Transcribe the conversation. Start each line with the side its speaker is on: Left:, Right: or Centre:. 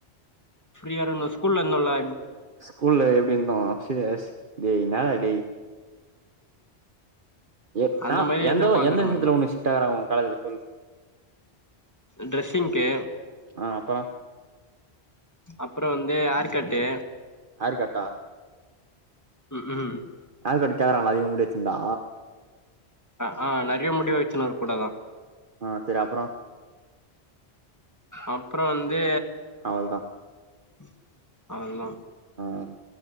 Left: ஃபிரியாருக்கணும் ஸ்கூல்ல இருந்தோல்ல
Right: ஸ்கூல்ல எப்படி இருந்தோம் செரி என்னடா டேய் ஏன்
Left: அந்த மாரி
Right: எந்த
Left: எதிர்பாக்குறே
Right: எந்த விஷயத்துல உன்னா செட்டாக்குறாங்க உங்க காலேஜ் சொல்
Left: ட்ரெஸ்ஸிங் க்கு
Right: ஆ அப்பறோ
Left: அப்புறம் வந்து ஆர்கட்டு
Right: ஆர்க்கெட்டா
Left: உம் உம்
Right: <unintelligible> அதிகமா முடியவச்சுந்தா
Left: அஹ் ஆஹ் நெறைய முடிவ வச்சுன்னரு இருக்ககூட தான்
Right: ஆஹ் செரி அப்புறம்
Left: அப்புறம் வந்து
Right: அவ்ளோதா
Left: து உ அவ்ளோ தான்
Right: ஆ